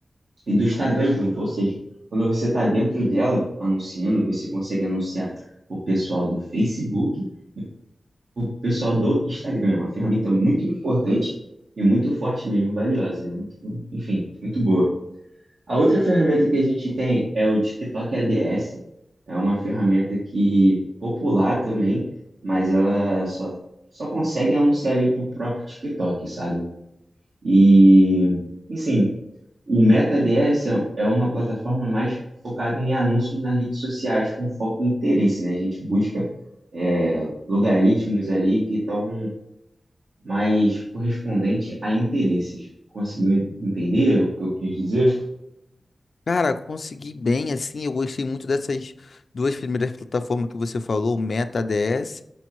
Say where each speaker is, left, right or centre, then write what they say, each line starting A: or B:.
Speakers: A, on the right (about 75°); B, on the left (about 70°).
A: e do Instagram junto, ou seja, quando você está dentro dela anunciando, você consegue anunciar o pessoal do Facebook o pessoal do Instagram, é uma ferramenta muito importante e muito forte mesmo, valiosa, né? Muito- enfim, muito boa. A outra ferramenta que a gente tem é o TikTok ADS, é uma ferramenta que popular também, mas ela só, só consegue anunciar ali pro próprio TikTok, sabe? E, enfim, o Meta ADS é é uma plataforma mais focada em anúncios nas redes sociais com foco em interesse, né? A gente busca é, logaritmos ali que estão mas correspondente a interesses. Conseguiu entender o que eu quis dizer?
B: Cara, consegui bem, assim, eu gostei muito dessas duas primeiras plataformas que você falou, o Meta ADS